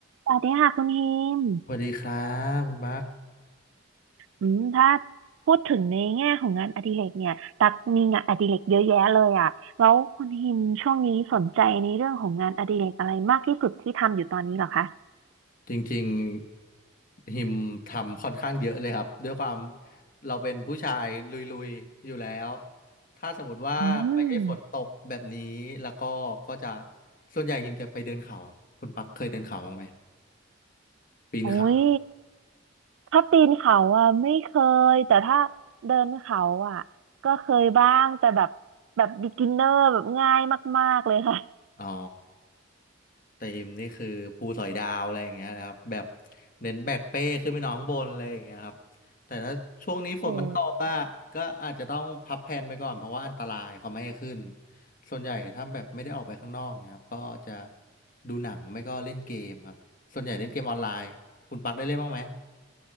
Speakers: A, on the right; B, on the left.
A: สวัสดีค่ะคุณฮิม
B: สวัสดีครับคุณมาร์ค
A: อืมถ้าพูดถึงในแง่ของงานอดิเรกเนี่ยตักมีงานอดิเรกเยอะแยะเลยอ่ะแล้วคุณฮิมช่วงนี้สนใจในเรื่องของงานอดิเรกอะไรมากที่สุดที่ทำอยู่ตอนนี้เหรอคะ
B: จริงๆหิมทำค่อนข้างเยอะเลยครับด้วยความเราเป็นผู้ชายลุยๆอยู่แล้วถ้าสมมติว่าไม่ใช่ฝนตกแบบนี้แล้วก็ก็จะ
A: อืม
B: ส่วนใหญ่หิมจะไปเดินเขาครับคุณปักเคยเดินเขาบ้างไหมปีนเขา
A: โอ้ยถ้าปีนเขาอ่ะไม่เคยแต่ถ้าเดินเขาอ่ะก็เคยบ้างแต่แบบแบบ beginner แบบง่ายมากๆเลยค่ะ
B: อ๋อเตีมนี่คือภูสอยดาวอะไรอย่างเงี้ยนะครับแบบเน้นแบกเป้ขึ้นไปนอนข้างบนอะไรอย่างเงี้ยครับแต่ถ้าช่วงนี้ฝนมันตกอะก็อาจจะต้องพับแผนไปก่อนเพราะว่าอันตรายเขาไม่ให้ขึ้น
A: โอ้
B: ส่วนใหญ่ถ้าแบบไม่ได้ออกไปข้างนอกเนี่ยครับก็จะดูหนังไม่ก็เล่นเกมครับส่วนใหญ่เล่นเกมออนไลน์คุณปักได้เล่นบ้างไหม